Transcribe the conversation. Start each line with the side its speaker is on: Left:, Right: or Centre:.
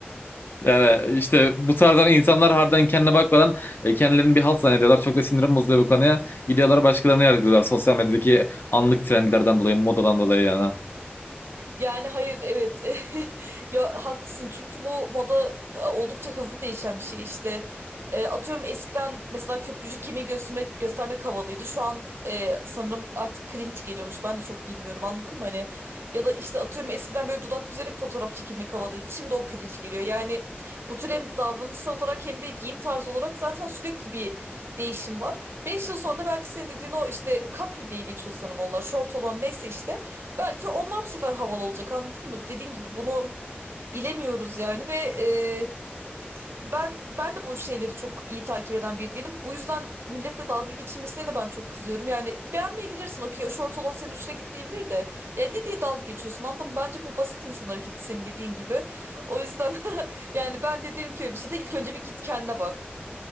Left: Yani işte bu tarzdan insanlar harbiden kendine bakmadan e, kendilerini bir halt zannediyorlar. Çok da sinirim bozuluyor bu konuya. Gidiyorlar başkalarını yargılıyorlar sosyal medyadaki anlık trendlerden dolayı, modadan dolayı yani.
Right: Yani hayır evet <laughs> ya haklısın çünkü bu moda e, oldukça hızlı değişen bir şey işte E, atıyorum eskiden mesela köprücük kemiği göstermek göstermek havalıydı şu an e, sanırım artık cringe geliyormuş ben de çok bilmiyorum anladın mı hani ya da işte atıyorum eskiden böyle dudak büzerek fotoğraf çekilmek havalıydı şimdi o cringe geliyor yani bu tür hem davranışsal olarak hem de giyim tarzı olarak zaten sürekli bir değişim var beş yıl sonra da belki senin dediğin o işte capri diye geçiyor sanırım onlar short olan neyse işte Belki onlar bu sefer havalı olacak anladın mı? Dediğin gibi bunu bilemiyoruz yani ve e, ben ben de bu şeyleri çok iyi takip eden biri değilim. Bu yüzden milletle dalga geçilmesine de ben çok kızıyorum. Yani beğenmeyebilirsin okey o şort olan senin hoşuna gitmeyebilir de. Yani ne diye dalga geçiyorsun anladın mı? Bence bu basit insan hareketi senin dediğin gibi. O yüzden <laughs> yani ben de derim ki öyle bir şeyde ilk önce bir git kendine bak.